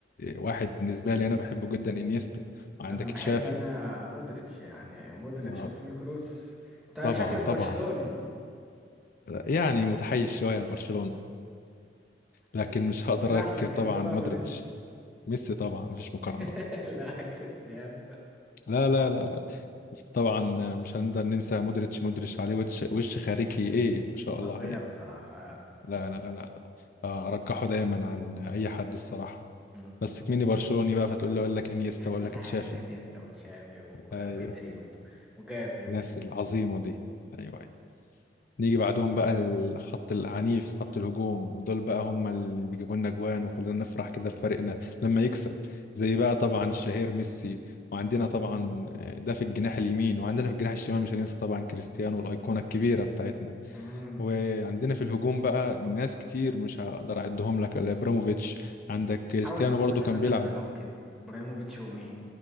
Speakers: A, on the left; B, in the centre.
A: واحد بالنسبة لي أنا بحبه جدا إنيستا عندك
B: انا بحب
A: تشافي
B: انا مودريتش يعني مودريتش
A: آه
B: وتوني كروس انت
A: طبعا
B: شكلك
A: طبعا
B: برشلوني
A: يعني متحيز شوية لبرشلونة لكن
B: ماشي
A: مش هقدر
B: مين احسن
A: أنكر طبعا
B: كريستيانو
A: مودريتش
B: ولا ميسي
A: ميسي طبعا مفيش مقارنة
B: <laughs> لا كريستيانو
A: لا لا لا لا طبعا مش هنقدر ننسى مودريتش مودريتش عليه وش وش خارجي ايه ما شاء
B: فظيع
A: الله عليه
B: بصراحة
A: لا لا لا آه، ارجحه دايما عن اي حد الصراحة
B: مم.
A: بس كميني برشلوني بقى فتقول لي اقول لك انيستا اقول
B: تتحيز
A: لك تشافي
B: لانيستا وتشافي وبيدري
A: ايوه
B: و- وجافي و...
A: الناس العظيمه دي ايوه ايوه نيجي بعدهم بقى الخط العنيف خط الهجوم ودول بقى هم اللي بيجيبوا لنا جوان وخلينا نفرح كده بفريقنا لما يكسب زي بقى طبعا الشهير ميسي وعندنا طبعا آه، ده في الجناح اليمين وعندنا في الجناح الشمال مش هننسى طبعا كريستيانو الايقونه الكبيره بتاعتنا
B: مم.
A: وعندنا في الهجوم بقى ناس كتير مش هقدر اعدهم لك الا ابراموفيتش عندك كريستيانو
B: حاول تذكر
A: برضو
B: لنا
A: كان
B: ناس
A: بيلعب
B: منهم كده ابراهيموفيتش ومين